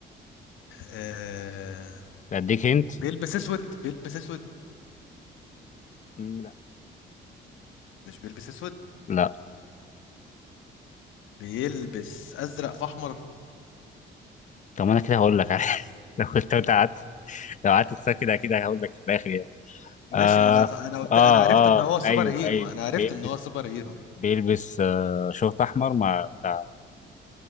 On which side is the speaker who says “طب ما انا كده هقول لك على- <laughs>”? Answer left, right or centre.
Left